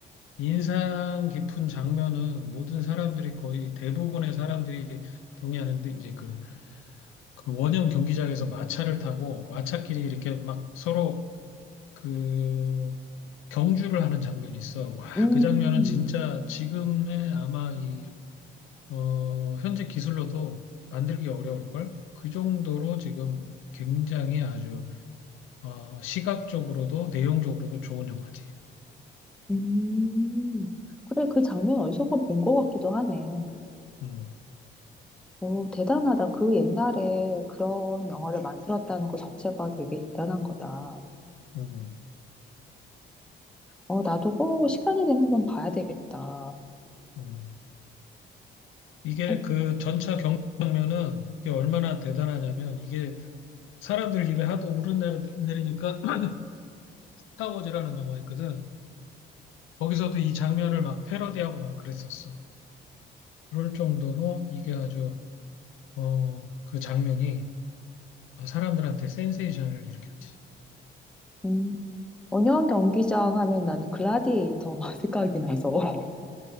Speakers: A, on the left; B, in the centre.
A: 인상 깊은 장면은 모든 사람들이 거의 대부분의 사람들이 동의하는데 이제 그, 그 원형 경기장에서 마차를 타고 마차끼리 이렇게 막 서로 그 경주를 하는 장면이 있어. 와,
B: 음,
A: 그 장면은 진짜 지금의 아마 이, 어, 현재 기술로도 만들기 어려울걸? 그 정도로 지금 굉장히 아주, 어, 시각적으로도 내용적으로도 좋은 영화지.
B: 음. 그래, 그 장면 어디선가 본 것 같기도 하네.
A: 음,
B: 오, 대단하다. 그 옛날에 그런 영화를 만들었다는 것 자체가 되게 대단한 거다.
A: 음,
B: 어, 나도 꼭 시간이 되는 건 봐야 되겠다.
A: 음. 이게
B: 어,
A: 그 전차 경장면은 이게 얼마나 대단하냐면 이게 사람들 입에 하도 오르내리니까 <clears throat> 스타워즈라는 영화 있거든. 거기서도 이 장면을 막 패러디하고 막 그랬었어. 그럴 정도로 이게 아주 어, 그 장면이 사람들한테 센세이션을 일으켰지.
B: 음, 원형 경기장 하면 나는 글라디에이터만 <laughs> 생각이 나서. <laughs>